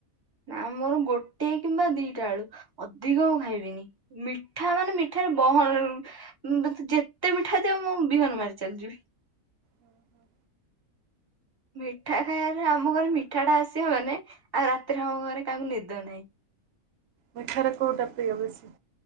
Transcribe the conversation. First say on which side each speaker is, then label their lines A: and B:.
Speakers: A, on the right; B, on the right.
A: ନା ମୋର ଗୋଟେ କିମ୍ବା ଦିଟା ଆଳୁ ଅଧିକ ମୁଁ ଖାଇବିନି ମିଠା ମାନେ ମିଠାରେ ବହନ ଯେତେ ମିଠା ଦେବ ମୁଁ ବିହନ ମାରି ଚାଲିଯିବି।
B: ହଁ ହଁ
A: ମିଠା ଖାଇବାରେ ଆମ ଘରେ ମିଠା ଟା ଆସିବ ମାନେ ଆଉ ରାତିରେ ଆମ ଘରେ କାହାକୁ ନିଦ ନାହିଁ।
B: ମିଠାରେ କୋଉଟା ପ୍ରିୟା ବେସି।